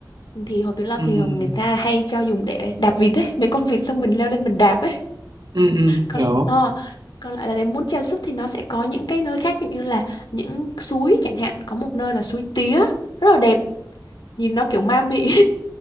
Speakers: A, on the left; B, on the right.
A: thì Hồ
B: <laughs>
A: Tuyến Lâm
B: Ừm.
A: thì thường người ta hay cho dùng để đạp vịt ấy mấy con vịt xong mình leo lên mình đạp ấy
B: ừ ừ
A: còn
B: hiểu
A: ờ, còn lại là nếu muốn treo súp thì nó sẽ có những cái nơi khác ví dụ như là những suối chẳng hạn có một nơi là suối tía rất là đẹp nhìn nó kiểu ma mị